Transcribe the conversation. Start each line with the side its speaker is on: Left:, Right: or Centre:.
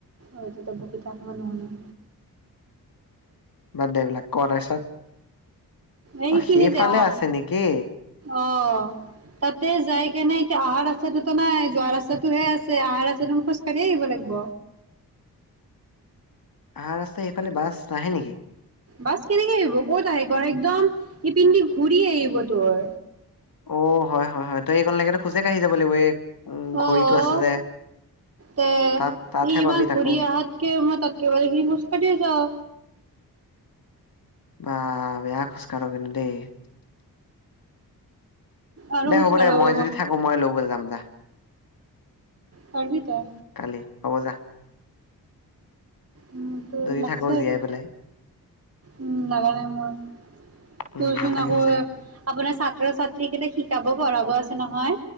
Right: আৰু তেতিয়া বকি থাক, মই নুশুনো।
Left: বাদ দে এইবিলাক। ক' তাৰ পিছত,
Right: এইখিনিতে
Left: অঁ সেইফালে
Right: আহ
Left: আছে নেকি?
Right: অ', তাতে যাই কেনে এতিয়া অহা ৰাস্তাটোতো নাই, যোৱা ৰাস্তাটোহে আছে, অহা ৰাস্তাটো মই খোজ কাঢ়িয়ে আহিব লাগিব।
Left: ভাল ৰাস্তাই সেইফালে বাছ নাহে নেকি?
Right: বাছ কেনেকৈ আহিব, ক'ত আহিব, একদম ইপিনে দি ঘূৰি আহিব তোৰ।
Left: অঁ, হয়-হয়-হয় তই এইখনলৈকেতো খোজে কাঢ়ি যাব লাগিব, এই উম ঘড়ীটো
Right: অঁ,
Left: আছে যে
Right: তে'
Left: তাত তাতহে
Right: ইমান
Left: পাবি তাকো
Right: ঘূৰি আহাতকে, মই তাককেভাল খিনি খোজ কঢ়িছ যাও।
Left: বা বেয়া খোজকাঢ় কিন্তু দেই।
Right: আৰু
Left: দে
Right: খোজ
Left: হ'ব
Right: কাঢ়িব
Left: দে মই যদি থাকো মই লব যাম যা।
Right: পাৰিবি তই।
Left: কালি হ'ব যা।
Right: উম ', ত
Left: যদি
Right: লাগছে
Left: থাকো জীয়াই পেলাই,
Right: উম', নাগা নাই মোৰ
Left: উম
Right: তোৰচোন
Left: নাথাকিম
Right: আকৌ
Left: চাগে।
Right: আপোনাৰ ছাত্ৰ ছাত্ৰী কেইটা শিকাব পঢ়াব আছে। নহয়।